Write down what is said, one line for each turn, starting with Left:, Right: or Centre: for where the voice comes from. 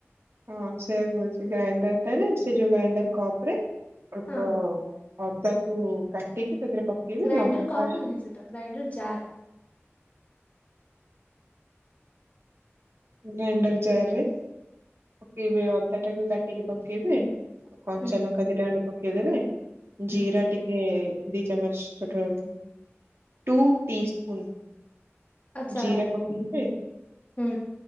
Right: ହଁ ସେଇଆ କହୁଛି ଗ୍ରାଇଣ୍ଡରଟାରେ ସେ ଯୋଉ ଗ୍ରାଇଣ୍ଡର କପରେ ଅଳ୍ପ
Left: ହଁ
Right: ଅଦାକୁ କାଟିକି ତା ଦେହେରେ ପକେଇବି
Left: ଗ୍ରାଇଣ୍ଡର
Right: ଲଙ୍କା
Left: କପ୍ ନୁହେଁ ସେଟା ଗ୍ରାଇଣ୍ଡର ଜାର୍
Right: ଗ୍ରାଇଣ୍ଡର ଜାରରେ ପକେଇବେ ଅଦାଟାକୁ କାଟିକି ପକେଇବେ ଆଉ କଞ୍ଚା
Left: ହୁଁ
Right: ଲଙ୍କା ଦିଟା ଖଣ୍ଡେ ପକେଇଦେବେ
Left: ହୁଁ।
Right: ଜିରା ଟିକେ ଦି ଚାମଚ ଛୋଟ ଛୋଟ ଟୁ ଟି ସ୍ପୁନ୍
Left: ଆଚ୍ଛା
Right: ଜିରା ପକେଇବେ
Left: ହୁଁ